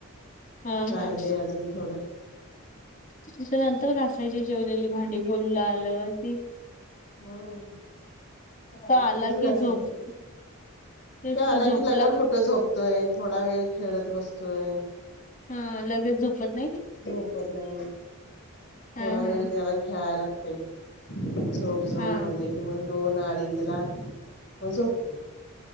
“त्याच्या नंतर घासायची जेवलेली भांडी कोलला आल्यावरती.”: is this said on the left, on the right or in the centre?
Left